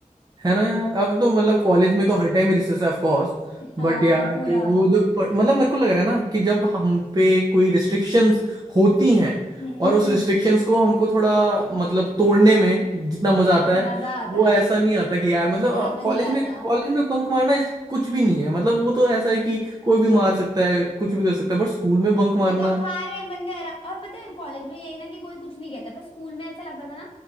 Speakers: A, on the right (about 30°); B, on the left (about 40°).
A: है ना यार अब तो मतलब कॉलेज में तो हर टाइम रिसेस है ऑफ कोर्स
B: हाँ
A: बट यार
B: पूरा
A: जो वो जो प- मतलब मेरे को लग रहा है ना कि जब हम पे कोई रिस्ट्रिक्शंस होती हैं
B: हम्म
A: और उस रिस्ट्रिक्शंस को हमको थोड़ा मतलब तोड़ने में जितना मजा आता है
B: मजा आता
A: वो
B: है
A: ऐसा नहीं आता कि यार मतलब
B: अब
A: कॉलेज
B: नहीं आता
A: में कॉलेज में बंक मारना इस- कुछ भी नहीं है मतलब वो तो ऐसा है कि कोई भी मार सकता है कुछ भी कर सकता है बट स्कूल में बंक मारना
B: वो तो खा रहे हैं बंदे आरा और पता है कॉलेज में यही ना कि कोई कुछ नहीं कहता पर स्कूल में ऐसा लगता था ना